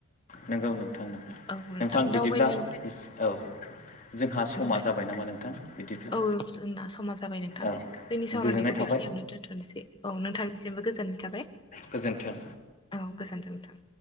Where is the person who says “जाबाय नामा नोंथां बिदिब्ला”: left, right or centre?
Left